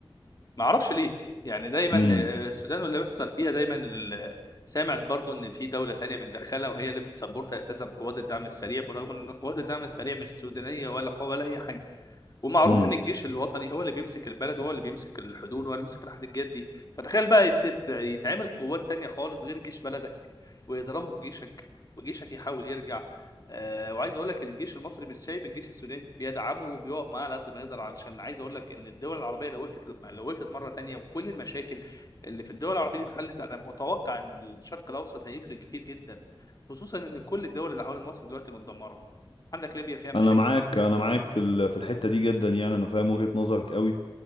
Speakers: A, on the left; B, on the left.
A: ما أعرفش ليه يعني دايما
B: امم
A: آه، السودان واللي بيحصل فيها دايما ال- سامع برضو إن في دولة تانية متدخلة وهي اللي بتسبورت أساسا قوات الدعم السريع برغم إن قوات الدعم السريع مش سودانية ولا ولا أي حاجة ومعروف
B: امم
A: ان الجيش الوطني هو اللي بيمسك البلد هو اللي بيمسك الحدود هو اللي بيمسك الحديقات دي فتخيل بقى يت- يت- يتعمل قوات تانية خالص غير جيش بلدك ويضربوا في جيشك وجيشك يحاول يرجع آه وعايز اقول لك الجيش المصري مش سايب الجيش السوداني بيدعمه وبيقف معاه على قد ما يقدر علشان عايز اقول لك ان الدول العربيه لو وقفت لما لو وقفت مره تانية وكل المشاكل اللي في الدول العربيه دي اتحلت انا متوقع ان الشرق الاوسط هيفرق كتير جدا خصوصا ان كل الدول اللي حوالين مصر دلوقتي متدمره عندك ليبيا فيها مشاكل
B: انا معاك انا معاك في ال... في الحتة دي جدا يعني انا فاهم وجهة نظرك قوي